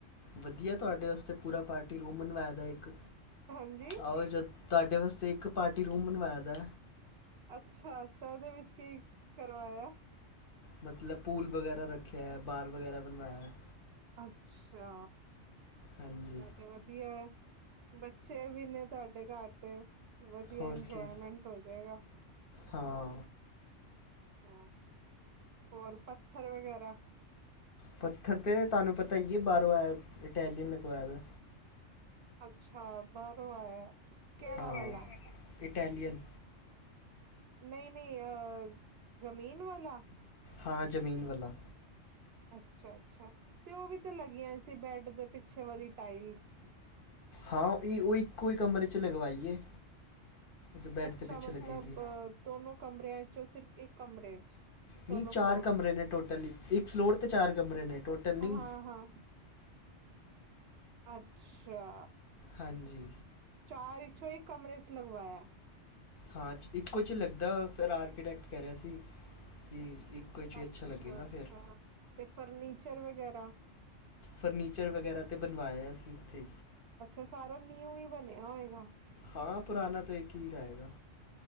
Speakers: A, on the left (about 55°); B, on the right (about 65°).
A: ਵਧੀਆ ਤੁਹਾਡੇ ਵਾਸਤੇ ਪੂਰਾ ਪਾਰਟੀ ਰੂਮ ਬਨਵਾਏ ਦਾ ਇੱਕ
B: ਹਾਂਜੀ
A: ਆਓ ਜਦੋਂ ਤੁਹਾਡੇ ਵਾਸਤੇ ਇੱਕ ਪਾਰਟੀ ਰੂਮ ਬਣਵਾਇਆ ਦਾ।
B: ਅੱਛਾ ਅੱਛਾ ਉਹਦੇ ਵਿੱਚ ਕੀ ਕਰਵਾਇਆ।
A: ਮਤਲਬ ਪੂਲ ਵਗੈਰਾ ਰੱਖਿਆ ਹੈ ਬਾਰ ਵਗੈਰਾ ਬਣਵਾਇਆ ਹੈ।
B: ਅੱਛਾ
A: ਹਾਂਜੀ
B: ਐ ਤੇ ਵਧੀਆ ਹੈ ਬੱਚੇ ਵੀ ਨੇ ਤੁਹਾਡੇ ਘਰ ਤੇ ਵਧੀਆ
A: ਹੋਰ
B: ਇੰਜੋਏਮੈਂਟ
A: ਕੀ
B: ਹੋ ਜਾਏਗਾ
A: ਹਾਂ
B: ਹਾਂ ਹੋਰ ਪੱਥਰ ਵਗੈਰਾ
A: ਪੱਥਰ ਤਾਂ ਤੁਹਾਨੂੰ ਪਤਾ ਇ ਹੈ ਬਾਹਰੋਂ ਆਇ ਇਟੈਲੀਅਨ ਲਗਵਾਏ ਦਾ
B: ਅੱਛਾ ਬਾਹਰੋਂ ਆਇਆ ਕਿਹੜਾ
A: ਆਹੋ
B: ਵਾਲਾ
A: ਇਟਲੀਅਨ
B: ਨਹੀਂ-ਨਹੀਂ ਅ ਜ਼ਮੀਨ ਵਾਲਾ
A: ਹਾਂ ਜ਼ਮੀਨ ਵਾਲਾ
B: ਅੱਛਾ-ਅੱਛਾ ਤੇ ਉਹ ਵੀ ਤੇ ਲੱਗੀਆਂ ਸੀ ਬੈਡ ਦੇ ਪਿੱਛੇ ਵਾਲੀ ਟਾਈਲਸ
A: ਹਾਂ ਉਹ-ਉਹ ਇੱਕੋ ਹੀ ਕਮਰੇ 'ਚ ਲਗਵਾਈਏ ਜੋ ਬੈੱਡ
B: ਅੱਛਾ
A: ਦੇ ਪਿੱਛੇ
B: ਮਤਲਬ
A: ਲੱਗੇਗੀ
B: ਦੋਨੋ ਕਮਰਿਆਂ ਚ ਉਹ ਸਿਰਫ਼ ਇੱਕ ਕਮਰੇ 'ਚ ਦੋਨੋ
A: ਨਹੀਂ ਚਾਰ
B: ਫਲੋਰਸ
A: ਕਮਰੇ
B: ਦੇ
A: ਨੇ ਟੋਟਲ ਇੱਕ ਫਲੋਰ 'ਤੇ ਚਾਰ ਕਮਰੇ ਨੇ ਟੋਟਲ ਨਹੀਂ
B: ਹਾਂ ਹਾਂ ਅੱਛਾ
A: ਹਾਂਜੀ
B: ਚਾਰ ਇੱਛੋਂ ਹੀ ਕਮਰੇ ਚ ਲਗਵਾਇਆ
A: ਹਾਂ ਇੱਕੋ ਚ ਲੱਗਦਾ ਫਿਰ ਆਰਕੀਟੈਕਟ ਕਹਿ ਰਿਹਾ ਸੀ ਕੀ ਇੱਕੋ ਹੀ 'ਚ
B: ਅੱਛਾ-ਅੱਛਾ
A: ਅੱਛਾ ਲੱਗੇਗਾ ਫਿਰ
B: ਤੇ ਫਰਨੀਚਰ ਵਗੈਰਾ
A: ਫਰਨੀਚਰ ਵਗੈਰਾ 'ਤੇ ਬਣਵਾਇਆ ਸੀ ਇੱਥੇ
B: ਅੱਛਾ ਸਾਰਾ ਨਿਊ ਹੀ ਬਣਿਆ ਹੋਏਗਾ
A: ਹਾਂ ਪੁਰਾਣਾ ਤਾਂ ਇੱਕ ਹੀ ਜਾਏਗਾ